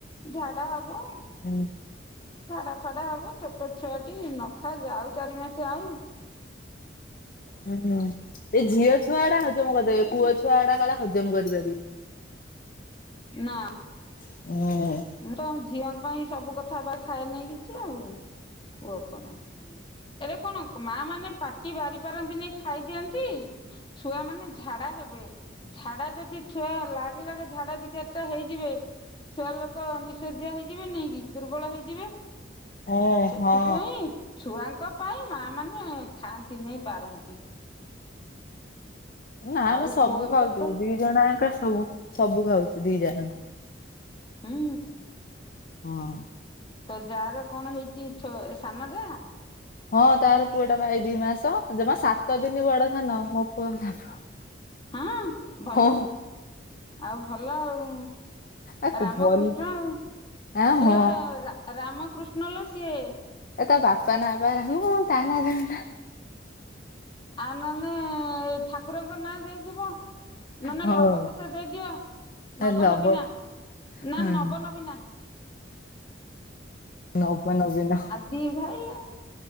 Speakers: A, on the left (about 30°); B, on the left (about 50°).
A: ଝାଡା ହବ।
B: ହୁଁ।
A: ଝାଡ଼ା ଫାଡା ହବ ଛୋଟ ଛୁଆ ଟି ନଖାଅ ଯାଉ ଚାରି ମାସେ ଆଉ। ହ
B: ହୁଁ ଏ ଝିଅ ଛୁଆ ଆଡା ହଜମ କରିଦେବେ
A: ହୁଁ।
B: ପୁଅ ଛୁଆଡା କାଳେ ହଜମ କରିପାରି
A: ନା।
B: ଉଁ।
A: ମୁଁ ତ ଝିଅଙ୍କ ପାଇଁ ସବୁ କଥାବା ଖାଏ ନାଇ କିଛି ଆଉ ପୁଅ କଣ? ଏରେ କଣ ମା ମାନେ ପାଟି ବାରି ପାରନ୍ତିନି ଖାଇଦିଅନ୍ତି। ଛୁଆ ମାନେ ଝାଡା ହେବେ ଝାଡା ଯଦି ଛୁଆ ଲାଗ ଲାଗେ ଝାଡ଼ା ଦି ଚାରିଟା ହେଇଯିବେ ଝୁଆ ଲୋକ ନିସର୍ଯ୍ୟା ହେଇଯିବେନି କି ଦୁର୍ବଳ ହେଇଯିବେ।
B: ଓ
A: ସେଥିପାଇଁ
B: ହଁ
A: ଛୁଆଙ୍କ ପାଇଁ ମା ମାନେ ଖାଆନ୍ତିନେଇ ବାରନ୍ତି।
B: ନା ଆମେ
A: ଆଉ
B: ସବୁ
A: ପୁଅ ଏଇଟା
B: ଖାଉଚୁ
A: ତ
B: ଦି ଜଣ ଆକେ ସବୁ ସବୁ ଖାଉଛୁ ଦି ଯା ଆଙ୍କ।
A: ହୁଁ।
B: ହଁ।
A: ତୋ ଯା ର କଣ ହେଇଚି ଛ ସାନ ଯା?
B: ହଁ ତାର ପୁଅଟା ପା ଏ ଦି ମାସ ଜମା ସାତ ଦିନି ବଡ ସାନ ମୋ ପୁଅ <unintelligible>
A: ହଁ ଭଲ
B: ହଁ
A: ଆଉ ଭଲ ଆଉ।
B: ଆକୁ
A: ରାମକୃଷ୍ଣ
B: ଭଲ
A: ଆଉ
B: ଆ ହଁ
A: ଇଲୋ ରାମକୃଷ୍ଣ ଲୋ ସିଏ।
B: ଏ ତା ବାପା ନା ବା <unintelligible> ତା ନା <unintelligible>
A: ଆଉ ନହେଲେ ଠାକୁରଙ୍କ ନାଁ ଦେଇଥିବ। ନନେ
B: ହଉ
A: ଲବ କୁଶ ଦେଇଦିଅ, ନବ
B: ଲବ
A: ନବୀନା ନା
B: ହଁ
A: ନବ ନବୀନା।
B: ନବ ନବୀନ।
A: ଦି ଭାଇ ଆ।